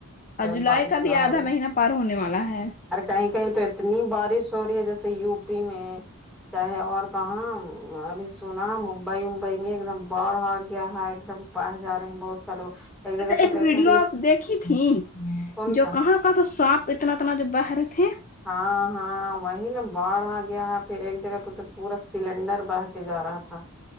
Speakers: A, on the left (about 35°); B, in the centre.
A: اور جولائی
B: بارش
A: کا
B: نہ
A: بھی
B: ہو
A: آدھا
B: رہی
A: مہینہ پار ہونے والا ہے
B: اور کہیں کہیں تو اتنی بارش ہو رہی جیسے یو پی میں چاہے اور کہاں ابھی سنا ممبئی وممبئی میں ایک دم باڑ آ گیا ہے ایک دم بہہ جا رہے ہیں بہت سا لوگ جگہ
A: اچھا
B: تو
A: ایک
B: دیکھا
A: ویڈیو
B: کہ
A: آپ دیکھی تھی
B: کون
A: جو
B: سا
A: کہاں کا تو سب جو اتنا اتنا جب بہہ رہے تھے
B: ہاں ہاں وہی نا باڑھ آ گیا ہے پھر ایک جگہ توتو پورا سلینڈر بہہ کے جا رہا تھا